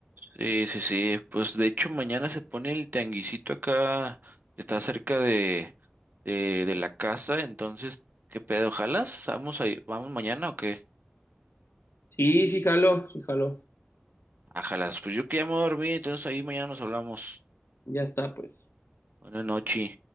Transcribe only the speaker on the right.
Sí, sí, sí. Pues de hecho mañana se pone el tianguisito acá, que está cerca de, de, de la casa. Entonces, ¿qué pedo? ¿Jalas? ¿Vamos ahí? ¿Vamos mañana o qué?
Ah, jalas. Pues yo que ya me voy a dormir, entonces ahí mañana nos hablamos.
Buenas noches.